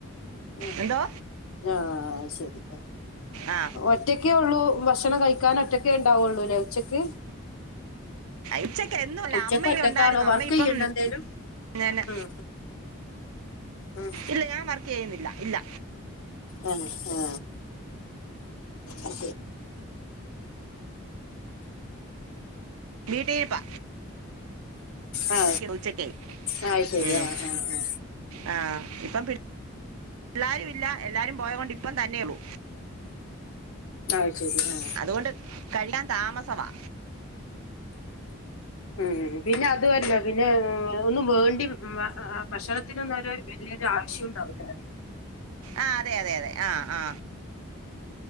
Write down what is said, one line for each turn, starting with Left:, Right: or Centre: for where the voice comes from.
Left: ആ
Right: എന്തോ
Left: ആ ശരി
Right: ആ
Left: ഒറ്റക്കേ ഉള്ളൂ ഭക്ഷ ഭക്ഷണം കഴിക്കാനൻ ഒറ്റൊക്കെ ഉണ്ടാവുള്ളൂല്ലേ ഉച്ചക്ക്
Right: ഇച്ചക്ക എന്നുംല്ല
Left: ഉച്ചക്ക്
Right: അമ്മ
Left: ഒറ്റക്കാണോ
Right: ഉണ്ടായിരുന്നു
Left: വർക്ക്
Right: അമ്മ ഇപ്പം
Left: ചെയ്യണ്ട എന്തേലും
Right: ഞാന്
Left: ഉം, ഉം, ഉം.
Right: ഇല്ല ഞാൻ വർക്ക് ചെയ്യുന്നില്ല ഇല്ല
Left: ആഹ ആ അ
Right: വീട്ടൽപ്പാ
Left: ആ
Right: ഉച്ചക്കെ
Left: ആ ശരി
Right: ഉം
Left: ആ ആ ആ
Right: ആ ഇപ്പം പി എല്ലാരും ഇല്ല എല്ലാരും പോയ കൊണ്ട് ഇപ്പം തന്നെള്ളൂ.
Left: ആ ശരി ആ
Right: അതുകൊണ്ട് കഴിയാൻ താമസവാ
Left: ഉം പിന്നെ അതുമല്ല പിന്നെ ഒന്നന്ന് വേണ്ടി ഭക്ഷണത്തിനൊന്നരു വല്യൊരു ആവശ്യം ഇണ്ടാവുല്ല
Right: ആ അതെ അതെ അതെ ആ ആ